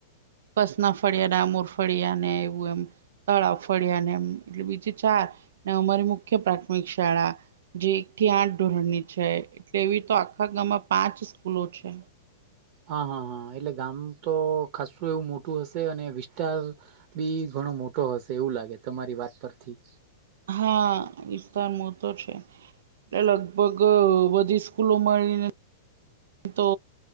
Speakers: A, on the right; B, on the right.
A: કસના ફળ્યા ડામોર ફળ્યા ને એવું એમ, તળાવ ફળ્યા ને મ. એટલે બીજે ચાર અમારી મુખ્ય પ્રાથમિક શાળા. જે એક થી આઠ ધોરણની છે એટલે એવી તો આખા ગામમાં પાંચ સ્કૂલો છે.
B: હા હા હા એટલે ગામ તો ખાસું એવું મોટું હશે અને વિસ્તાર બીજ ઘણો મોટો હશે એવું લાગે તમારી વાત પરથી
A: હા વિસ્તાર મોતો છે એ લગભગ બધી કૂલો મળીને તો